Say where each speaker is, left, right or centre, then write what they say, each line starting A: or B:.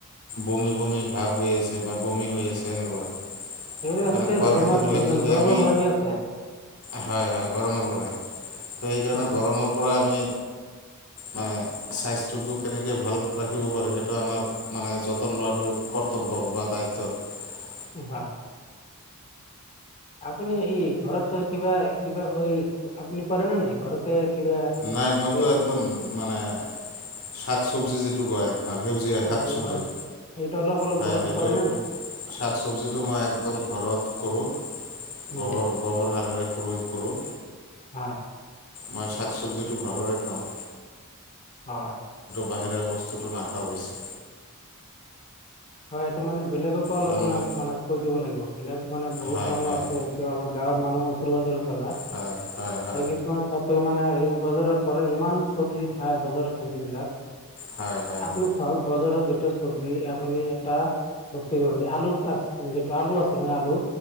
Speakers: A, on the left; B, on the left.
A: বমি বমি ভাৱ হৈ আছে বা বমি হৈ আছে এনেকুৱা
B: সেইবিলাক
A: তেনে
B: আচলতে
A: খোৱা
B: গৰমৰ
A: খাদ্যবিলাক
B: চিজননৰ
A: যদি
B: গৰমে
A: আমি
B: গৰমি আছে।
A: হয়, হয়, গৰমৰ পৰা। ত' সেইকাৰণে
B: উম,
A: গৰমৰ পৰা আমি মানে স্বাস্থ্যটো কেনেকে ভাল ৰাখিব পাৰে, সেইটো আমাৰ মানে যতন লোৱাটো কৰ্তব্য বা দায়ি ত <unintelligible>
B: উ', হা আপুনি ই ঘৰত কিবা, কিবা আপুনি কৰে নে নাই ঘৰতে কিবা
A: নাই মইতো
B: এই
A: একদম মানে, শাক-চব্জি যিটো কয় আপোনাৰ সেউজীয়া
B: সেইটো
A: শাক-চব্জি
B: ঘৰত এইটো অলপ অলপ
A: হয়
B: ঘৰত
A: সেইটো,
B: কৰে নে নাই?
A: শাক চবজিটো মই একদম ঘৰত কৰো।
B: উম,
A: গোবৰ গোবৰ হাৰৰে প্ৰযোগ কৰোঁ।
B: হয়,
A: মই শাক চব্জিটো ঘৰৰে খাওঁ
B: হয়
A: বাহিৰে বস্তুটো নাখাওঁ বেছি
B: হয় এইটো মানে বেলেগকো অলপাক
A: তাৰমানে
B: মানে কৈ দিব লাগিব বেলেগ মানে বহুত
A: হয়
B: মানুহ
A: হয়
B: আছে এতিয়াও আমাৰ গাঁৱৰ মানুহ উচৰে পাজৰে থকা
A: হয় হয় হয়
B: কিছুমান তাতে মানে এই বজাৰৰ পৰা ইমান চব্জি খাই বজাৰৰ চব্জি বিলাক
A: হয় হয়
B: আপুনি চাওক বজাৰত যিটো চব্জি আপুনি বুজ আলু আ যেটো আলু আছে নহ আলু